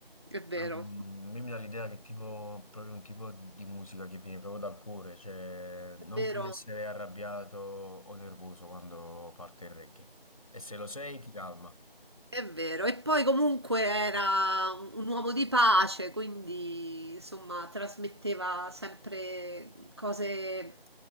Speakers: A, on the right; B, on the left.
A: è vero,
B: Ma, mm, A me mi dà l'idea che tipo, proprio un tipo di musica che viene proprio dal cuore, cioè non
A: è vero.
B: puoi essere arrabbiato o nervoso quando parte il reggae. E se lo sei ti calma,
A: È vero, e poi comunque era un uomo di pace, quindi insomma trasmetteva sempre cose